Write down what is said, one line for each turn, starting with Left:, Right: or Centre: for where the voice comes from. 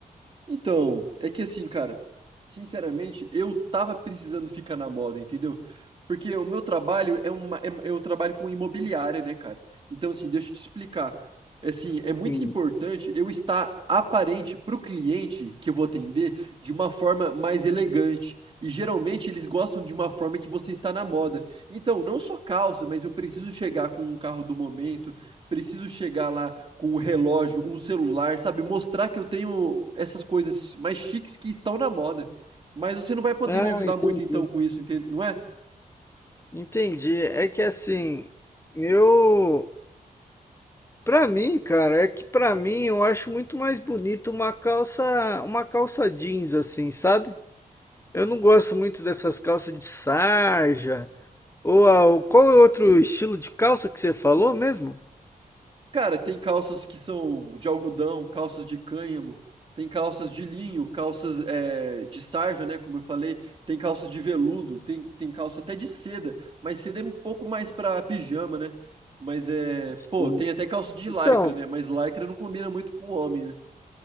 Right: Então, é que assim, cara, sinceramente, eu tava precisando ficar na moda, entendeu? Porque o meu trabalho é uma, é- eu trabalho com imobiliária, né, cara? Então, assim, deixa eu te explicar. É Assim, é muito
Left: Sim.
Right: importante eu estar aparente pro cliente que eu vou atender de uma forma mais elegante. E geralmente eles gostam de uma forma que você está na moda. Então, não só calça, mas eu preciso chegar com um carro do momento, preciso chegar lá com o relógio, um celular, sabe? Mostrar que eu tenho essas coisas mais chiques que estão na moda. Mas você não vai poder
Left: Ah,
Right: me ajudar
Left: entendi.
Right: muito então com isso, entende? Não é?
Left: Entendi. É que assim, eu, pra mim, cara, é que pra mim eu acho muito mais bonito uma calça, uma calça jeans, assim, sabe? Eu não gosto muito dessas calças de sarja. Ou a- qual é outro estilo de calça que você falou mesmo?
Right: Cara, tem calças que são de algodão, calças de cânhamo, tem calças de linho, calças é, de sarja, né? Como eu falei, tem calças de veludo, tem, tem calça até de seda, mas seda é um pouco mais pra pijama, né? Mas é.
Left: Sim.
Right: Pô, tem até calça de
Left: Então,
Right: lycra, né? Mas lycra não combina muito com homem, né?